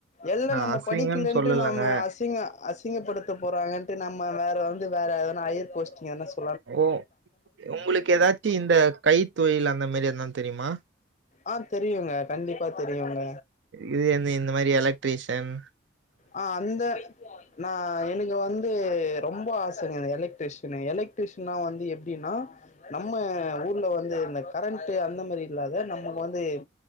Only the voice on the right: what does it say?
நான்
அசிங்கன்னு
சொல்லலங்க
ஓ உங்களுக்கு ஏதாச்சும் இந்த கைத்தொழில் அந்த மாதிரி எ தெரியுமா
இது என்ன இந்த மாதிரி எல பிரிஷன்